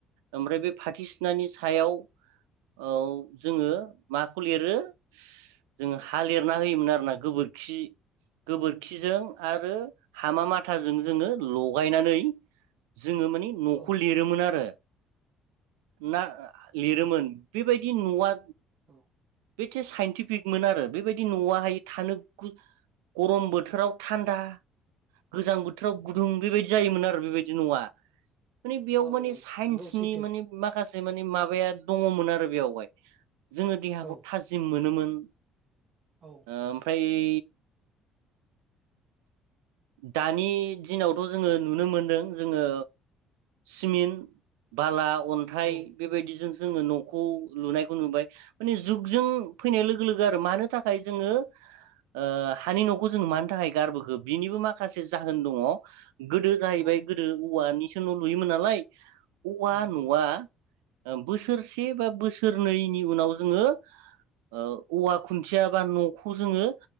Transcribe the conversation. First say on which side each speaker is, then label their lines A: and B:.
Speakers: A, on the right (about 85°); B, on the right (about 50°).
A: ओमफ्राय बे फाथो सिनानि सायाव औ जोङो माखौ लिरो जो हा लिरना होयोमोन आरोना गोबोरखि गोबोरखिजों आरो हामा माथाजों जोङो लगायनानै जोङो मानि न'खौ
B: औ
A: लिरोमोन आरो ना लिरोमोन
B: औ
A: बेबायदि बि न आ
B: औ
A: बे साइन्टिफिकमोन आरो बेबायदि न'आहाय थानो गरम बोथोराव थान्दा गोजां बोथोराव गुदुं बेबायदि जायोमोन आरो बेबायदि नङा माने बेयाव
B: औ
A: माने साइन्सनि
B: नंगौ सैथो
A: माने माखासे से माने माबाया दङमोन आरो बेयावहाय जोङो देहाखौ
B: औ
A: थाजिम मोनोमोन
B: औ
A: <inaudible> ओमफ्राय बे दानि दिनावथ' जोङो नुनो मोनदों जोङो सिमिन्ट बाला अन्थाइ
B: औ
A: बेबायदिजों जोङो न'खौ लुनायखौ नुबाय माने जुगजों फैनाय लोगो आरो मानो थाखाय जोङो ओ हानि न'खौ जोंङो मानो थाखाय गारबोखो बिनिबो माखासे जाहोन दङ गोदो जाहैबाय
B: औ
A: गोदो औवानि न लुयोमोन नालाय औवा
B: औ
A: न आ बोसोरसे बा बोसोरनैनि उनाव जोङो ओ औवा खुन्थिया बा न'खौ जोङो